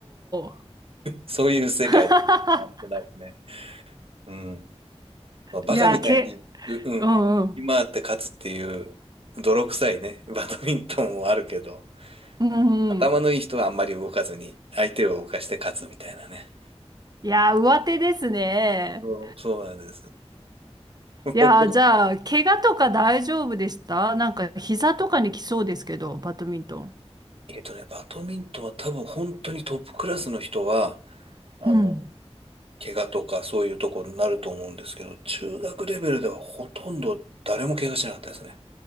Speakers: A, on the right; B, on the right.
A: ー。
B: そういう世界、
A: <laughs>
B: なんとなくね。うん。まあ、バカみたいに、
A: いや、け、
B: う、うん、
A: うんうん。
B: 今って勝つっていう、泥臭いね、バドミントンもあるけど、
A: うんうん。
B: 頭のいい人はあんまり動かずに、相手を動かして勝つみたいなね。
A: いや、上手ですね。
B: そう、そうなんです。
A: いや、
B: 僕は
A: じゃあ、怪我とか大丈夫でしたなんか、膝とかに来そうですけど、バドミントン。
B: えっとね、バドミントンは多分本当にトップクラスの人は、あの、
A: うん。
B: 怪我とかそういうところになると思うんですけど、中学レベルではほとんど誰も怪我しなかったですね。